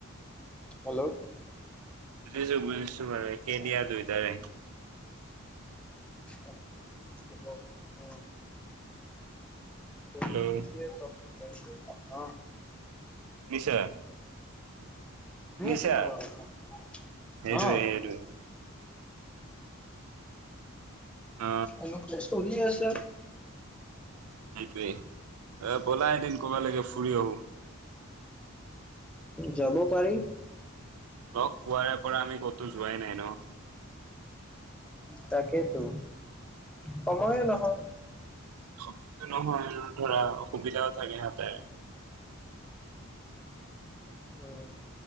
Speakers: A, in the centre; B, on the right.
A: হেল্লো
B: বুজিছো বুজিছো মানে একে দিয়া দুইটাৰে
A: উপায় নাই কি ক'ব বন্ধু।
B: হেল্ল'
A: পৰিস্থিতিয়েই চব সিকাই দিয়ে ন
B: শুনিছা শুনিছা?
A: আছো তোমাৰ কথা।
B: সেইটোৱে
A: অ'
B: সেইটোৱে। অ
A: এনো কেছ চলি আছে।
B: সেইটোৱেই এ ব'লা এদিন কৰবী লৈকে ফুৰি আহো
A: যাব পাৰি।
B: লগ পোৱাৰে পৰা আমি ক'তো যোৱাই নাই ন?
A: তাকেইতো সময়ে নহয়।
B: সময়ো নহয় ধৰা অসুবিধাও থাকে হাতে।
A: উম